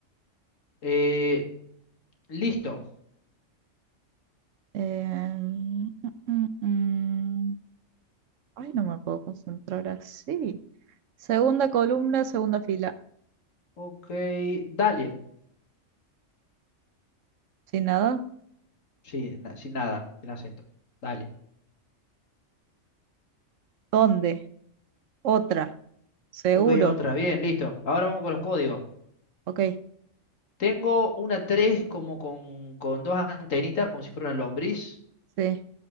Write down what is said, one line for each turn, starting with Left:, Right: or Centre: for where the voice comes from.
Left: Eh, listo.
Right: Em, mm, mm, mm. Ay, no me puedo concentrar así. Segunda columna, segunda fila.
Left: Ok, dale.
Right: ¿Sin nada?
Left: Sí, na- sin nada, sin acento. Dale.
Right: ¿Dónde? Otra. Seguro.
Left: Ok, otra, bien, listo. Ahora vamos con los códigos.
Right: Ok,
Left: Tengo una 3 como con, con dos antenitas, como si fuera una lombriz.
Right: sí.